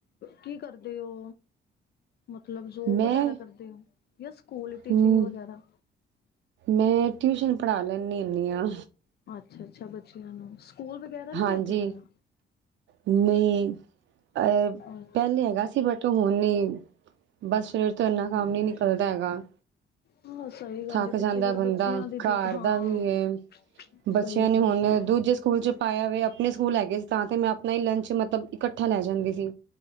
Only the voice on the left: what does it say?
ਕੀ ਕਰਦੇ ਹੋ? ਮਤਲਬ ਜੋਬ
ਵਗੈਰਾ ਕਰਦੇ ਹੋ ਜਾਂ ਸਕੂਲ ਟੀਚਿੰਗ
ਵਗੈਰਾ?
ਅੱਛਾ ਅੱਛਾ ਬੱਚਿਆਂ ਨੂੰ, ਸਕੂਲ ਵਗੈਰਾ ਨਹੀਂ
ਲੱਗੇ ਹੋਗਾ
ਅੱਛਾ
ਅੱਛਾ
ਹਾਂ ਸਹੀ ਗੱਲ
ਹੈ ਪਿੱਛੇ
ਫੇਰ
ਬੱਚਿਆਂ ਦੀ
ਦਿੱਕ ਹਾਂ
ਸਹੀ
ਗੱਲ
ਹੈ